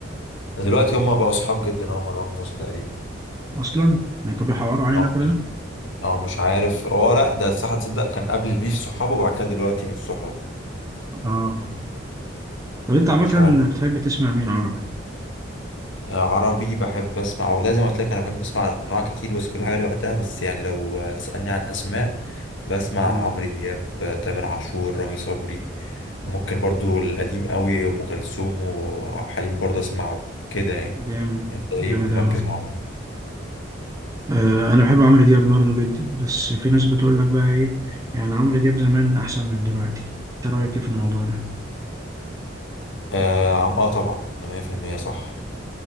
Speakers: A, on the left; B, on the right.
A: دلوقتي هما بقوا صحاب جدا هو مروان موسى تقريبا
B: اصلا يعني كانوا بيحوروا علينا
A: او
B: كل
A: مش
B: ده
A: او مش عارف هو لا ده صح تصدق كان قبل البيف صحابه وبعد كده دلوقتي من صحابه
B: اه طب انت عامه
A: مش عارف
B: بتحب تسمع مين عربي
A: آه، عربي بحب اسمع والله زي ما قلت لك انا بحب اسمع انواع كتير بس كل حاجه ليها وقتها بس يعني لو آه، تسالني عن اسماء بسمع
B: اه
A: عمرو دياب آه، تامر عاشور رامي صبري ممكن برضو القديم قوي ام كلثوم وعبد الحليم برضو اسمعه كده يعني
B: جامد
A: انت ايه
B: جامد
A: مركز
B: اوي
A: مع مين
B: آه انا بحب عمرو دياب برضو جدا بس في ناس بتقول لك بقى ايه يعني عمرو دياب زمان احسن من دلوقتي انت رايك ايه في الموضوع ده
A: اه عم- آه طبعا ده 100% صح